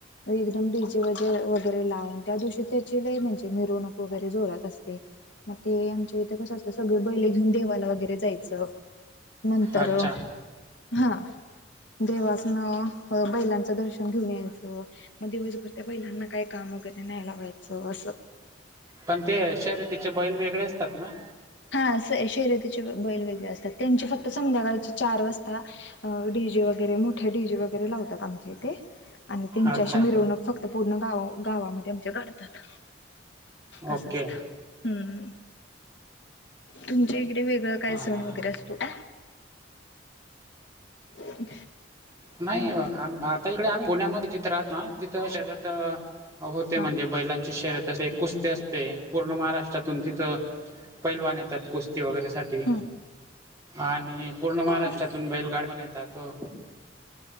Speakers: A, on the left; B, on the right.
A: एकदम डिजे व वगैरे लावून त्या दिवशी त्याची लय म्हणजे मिरवणूक वगैरे जोरत असते. मग ते आमचे इथे कसं असत सगळे बैले घेऊन देवाला वगैरे जायचं तर
B: अच्छा
A: हा देवासन बैलांचं दर्शन घेऊन यायचं. मग दिवसभर त्या बैलांना काय काम वगैरे न्याय ला व्हायचं असं.
B: पण ते शर्यतीचे बैल वेगळे असतात ना.
A: हा स शर्यतीचे बैल वेगळे असतात त्यांचे फक्त संध्याकाळचे चार वाजता डीजे वगैरे मोठा डीजे वगैरे लावतात आमचे इथे आणि त्यांच्या
B: अच्छा
A: अशी मिरवणूक फक्त पूर्ण गाव गावामध्ये आमच्या काढतात. अस
B: ओके
A: असतं. हम. तुमच्या इकडे वेगळं काय
B: हा.
A: सण वगैरे असतो का. ह्म.
B: नाही आता इकडे आम्ही पुण्यामध्ये जिथं राहतो ना तिथं शर्यतीत. अहो ते
A: हा
B: म्हणजे बैलांची शर्यत तसे कुस्ती असते पूर्ण महाराष्ट्रातून तिथं पैलवान येतात कुस्ती कुस्ती वगैरेसाठी
A: हम्म
B: आणि पूर्ण महाराष्ट्रातून
A: हा
B: बैलगाड पण येतात ओ.